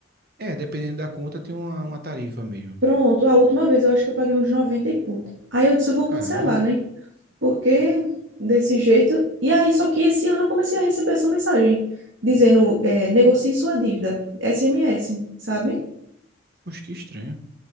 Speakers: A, on the right; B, on the right.
A: É, dependendo da conta, tem uma, uma tarifa meio.
B: Pronto, a última vez eu acho que eu paguei uns 90 e pouco. Aí eu disse, eu vou
A: Caramba,
B: cancelar, né? Porque desse jeito. E aí, só que esse ano eu comecei a receber essa mensagem dizendo, é, negocie sua dívida, SMS, sabe?
A: poxa, que estranho.